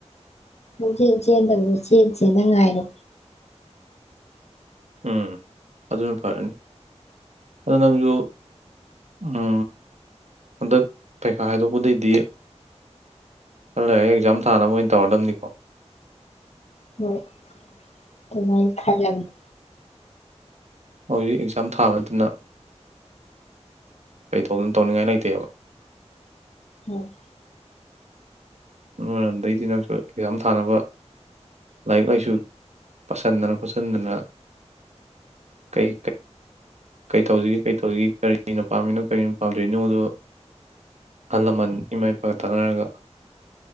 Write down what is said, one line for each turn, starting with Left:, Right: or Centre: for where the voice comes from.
Left: ꯂꯝꯖꯦꯟ ꯆꯦꯟꯗꯕꯤꯗꯨ ꯆꯦꯅꯥ ꯆꯦꯅꯥ ꯉꯥꯏꯔꯣ
Right: ꯎꯝ ꯑꯗꯨꯅ ꯐꯔꯅꯤ ꯑꯗꯣ ꯅꯪꯁꯨ ꯎꯃ ꯍꯟꯗꯛ ꯄꯩꯈꯥ ꯍꯥꯏꯗꯣꯛꯄꯗꯩꯗꯤ ꯈꯔ ꯂꯩꯔꯒ ꯑꯦꯛꯖꯥꯝ ꯊꯥꯅꯕ ꯑꯣꯏꯅ ꯇꯧꯔꯗꯕꯅꯤꯀꯣ
Left: ꯍꯣꯏ ꯑꯗꯨꯃꯥꯏ ꯈꯜꯂꯝꯃꯤ
Right: ꯍꯧꯖꯤꯛ ꯑꯦꯛꯖꯥꯝ ꯊꯥꯕꯥ ꯅꯥꯠꯇꯥꯅꯥ ꯀꯩ ꯇꯧꯅꯤ ꯇꯧꯅꯤꯡꯉꯥꯏ ꯂꯩꯇꯦꯕ
Left: ꯎꯝ
Right: ꯎꯝ ꯑꯗꯩꯗꯤ ꯅꯪꯁꯨ ꯑꯦꯛꯖꯥꯝ ꯊꯥꯅꯕ ꯂꯥꯏꯔꯤꯛ ꯂꯥꯏꯁꯨ ꯄꯁꯤꯟꯗꯅ ꯈꯣꯠꯆꯟꯗꯅ ꯀꯩ ꯀꯩ ꯇꯧꯁꯤꯒꯦ ꯀꯩ ꯇꯧꯁꯤꯒꯦ ꯀꯔꯤꯅ ꯄꯥꯝꯃꯤꯅꯣ ꯀꯔꯤꯅ ꯄꯥꯝꯗꯣꯏꯅꯣꯗ ꯑꯍꯜ ꯂꯃꯟ ꯏꯃꯥ ꯏꯄꯥꯒ ꯇꯥꯟꯅꯔꯒ